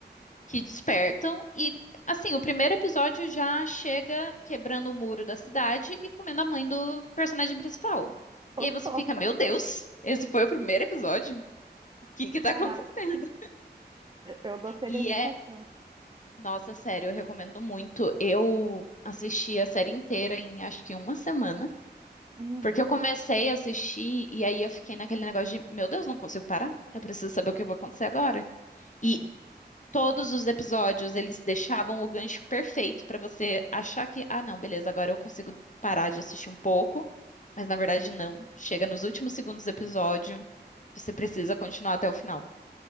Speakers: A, on the left; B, on the right.
A: que despertam e, assim, o primeiro episódio já chega quebrando o muro da cidade e comendo a mãe do personagem principal.
B: <laughs> Socorro.
A: E aí você fica, meu Deus, esse foi o primeiro episódio? O que que tá
B: Caraca.
A: acontecendo?
B: Eu, eu gostei
A: E
B: da indicação.
A: é Nossa, sério, eu recomendo muito. Eu assisti a série inteira em acho que uma semana,
B: Hum.
A: porque eu comecei a assistir e aí eu fiquei naquele negócio de, meu Deus, não consigo parar. Eu preciso saber o que vai acontecer agora. E
B: É.
A: todos os episódios eles deixavam o gancho perfeito pra você achar que, ah, não, beleza, agora eu consigo parar de assistir um pouco, mas na verdade não. Chega nos últimos segundos do episódio, você precisa continuar até o final.